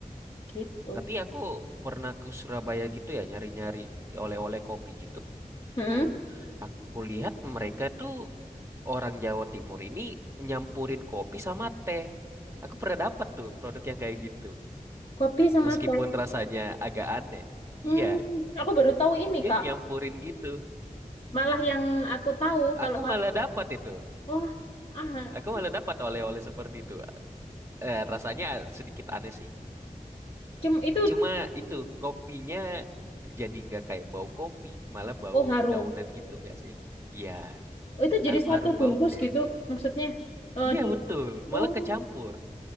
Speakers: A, on the left; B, on the right.
A: gitu.
B: Tapi aku pernah ke Surabaya gitu ya nyari-nyari oleh-oleh kopi gitu.
A: Mm-mm.
B: Tuh aku lihat mereka tuh orang Jawa Timur ini nyampurin kopi sama teh. Aku pernah dapat tuh produk yang kayak gitu.
A: Kopi sama
B: Meskipun
A: teh.
B: rasanya agak aneh.
A: Hmm,
B: Iya.
A: aku baru tahu ini,
B: Dia
A: Kak.
B: nyampurin gitu.
A: Malah yang aku tahu kalau
B: Aku
A: Kak,
B: malah dapat itu.
A: oh, ah,
B: Aku malah dapat oleh-oleh seperti itu. Eh, rasanya sedikit aneh sih.
A: cem itu
B: Cuma itu kopinya jadi nggak kayak bau kopi, malah bau
A: oh harum.
B: dedaunan gitu nggak sih? Iya,
A: Oh, itu
B: harum-harum
A: jadi satu bungkus
B: bau teh.
A: gitu maksudnya. Eh,
B: Iya
A: di
B: betul, malah
A: oh,
B: kecampur.